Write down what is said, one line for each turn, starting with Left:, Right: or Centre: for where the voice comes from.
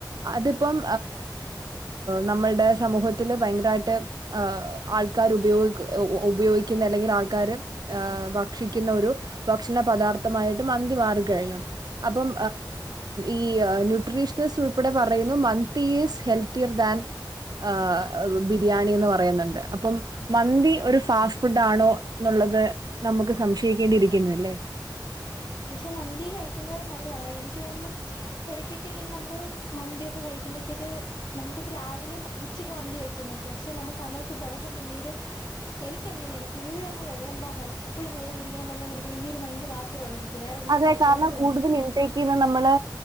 Right: അതിപ്പം നമ്മള്ടെ സമൂഹത്തില് ഭയങ്കരായിട്ട് ആൾക്കാർ ഉപയോഗ ഉപയോഗിക്കുന്ന അല്ലെങ്കിൽ ആൾകാർ ഭക്ഷിക്കുന്ന ഒരു ഭക്ഷണ പദാർത്ഥമായിട്ട് മന്തി മാറിക്കഴിഞ്ഞു അപ്പം ഈ ന്യൂട്രീഷണസ് ഉൾപ്പെടെ പറയുന്നു മന്തി ഈസ് ഹെൽത്തിയർ ദാൻ ആ ബിരിയാണി എന്ന് പറയുന്നുണ്ട് അപ്പം മന്തി ഒരു ഫാസ്റ്റ് ഫുഡ് ആണോ എന്നുള്ളത് നമുക്ക് സംശയിക്കേണ്ടിയിരിക്കുന്നില്ലേ
Left: പക്ഷെ മന്തി കഴിക്കുന്നത് നല്ലതാണോ എനിക്ക് തോന്നുന്ന് ഇടയ്ക്കൊക്കെ ഇങ്ങനെ നമ്മള് മന്തിയൊക്കെ കഴിക്കുമ്പോഴത്തേക്ക് നമുക്കിപ്പോ രാവിലെ ഉച്ചയ്ക്ക് മന്തി കഴിച്ചന്ന് വേച്ചോ പക്ഷെ നമുക്ക് അന്നത്തെ ദിവസം പിന്നീട് എനിക്ക് അങ്ങനെയാണ് ഫുള്ളങ്ങ് വെള്ളം ദാഹവാ എപ്പോഴും വെള്ളം കുടിക്കണം വെള്ളം കുടിക്കണം ഈ ഒരു മൈൻഡ് മാത്രേ ഉള്ളൂ എനിക്ക് വേറെ ഒന്നും
Right: അതെ
Left: കഴിക്കാനേ
Right: കാരണം
Left: തോന്നത്തില്ല
Right: കൂടുതൽ ഇൻടേക്ക് ചെയ്യുന്നത് നമ്മള്